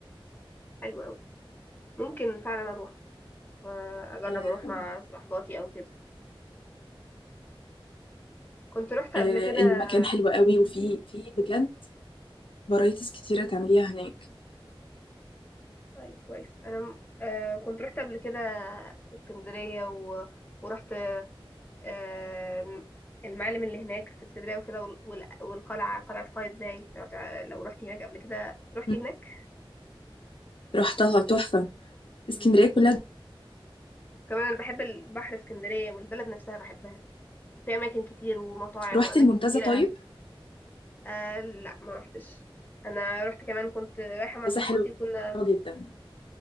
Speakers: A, on the left; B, on the left.
A: حلو قوي ممكن فعلا اروح آه، اجرب
B: آم،
A: اروح مع صحباتي او كده كنت رحت قبل
B: آه،
A: كده
B: المكان حلو قوي وفي في بجد فرايتيز كتيرة تعمليها هناك
A: طيب كويس انا م- آه كنت رحت قبل كده اسكندريه و... ورحت آه المعالم اللي هناك في اسكندريه وكده وال... وال- والقلعه قلعه قايتباي لو تع... لو رحت هناك قبل كده رحت
B: مم.
A: هناك
B: رحتها تحفة اسكندرية
A: مم.
B: كلها
A: وكمان انا بحب البحر اسكندريه والبلد نفسها بحبها وفي اماكن كتير ومطاعم
B: رحتي
A: واماكن
B: المنتزه
A: كتيره
B: طيب
A: آه لا ما روحتش انا رحت كمان كنت رايحه مع
B: بس
A: صاحبتي
B: حلوة
A: وكنا
B: جدا